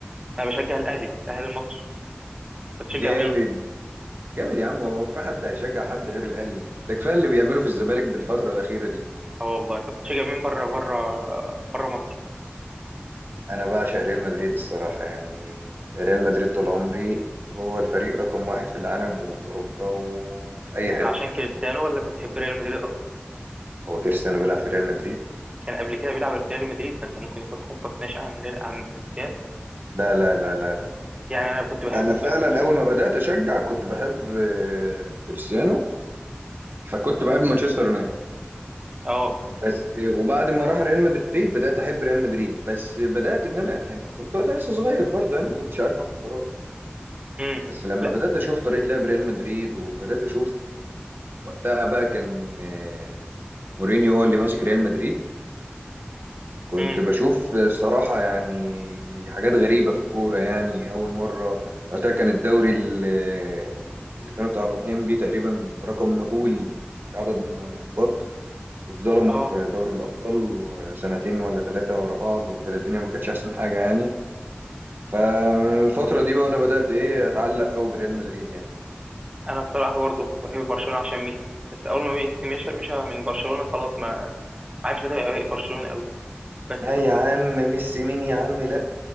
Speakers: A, on the right; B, on the right.
A: انا بشجع الاهلي الاهلي المصري انت
B: جامد
A: بتشجع مين؟
B: جامد يا عم هو في حد هيشجع حد غير الاهلي ده كفايه اللي بيعمله في الزمالك بالفتره الاخيره دي
A: اه والله طب بتشجع مين بره بره بره مصر؟
B: انا بعشق ريال مدريد الصراحه يعني ريال مدريد طول عمري هو الفريق رقم واحد في العالم وفي اوروبا وفي اي
A: ده
B: حته
A: عشان كريستيانو ولا انت بتحب ريال مدريد اصلا؟
B: هو كريستيانو بيلعب في ريال مدريد
A: كان قبل كده بيلعب في ريال مدريد فانت ممكن يكون حبك ناشئ عن ريال عن كريستيانو
B: لا لا لا لا لا
A: يعني انا كنت بحب
B: انا فعلا اول ما بدات اشجع كنت بحب آه، كريستيانو فكنت بحب مانشستر يونايتد
A: اه
B: بس آه، وبعد ما راح ريال مدريد بدات احب ريال مدريد بس بدات ان انا يعني كنت وقتها لسه صغير برضه يعني ما كنتش عارف اخد قرار
A: امم
B: بس لما
A: لا
B: بدات اشوف طريقه لعب ريال مدريد وبدات اشوف وقتها بقى كان آه، كان مورينيو هو اللي ماسك ريال مدريد كنت
A: امم
B: بشوف الصراحة يعني حاجات غريبة في الكورة يعني أول مرة وقتها كان الدوري ال- آه، اللي كانوا طالعين بيه تقريبا برقم مهول في عدد م- نقاط واتظلموا
A: اه
B: في دوري الأبطال سنتين ولا ثلاثة ورا بعض وكانت الدنيا ما كانتش أحسن حاجة يعني فمن الفترة دي بقى وأنا بدأت إيه أتعلق أوي بريال مدريد يعني
A: انا بصراحه برضو كنت بحب برشلونه عشان ميسي بس اول ما ميسي مشى مشى من برشلونه خلاص ما ما عادش بتابع بقى برشلونه قوي بس
B: لا
A: كنت
B: يا عم ميسي مين يا عم لا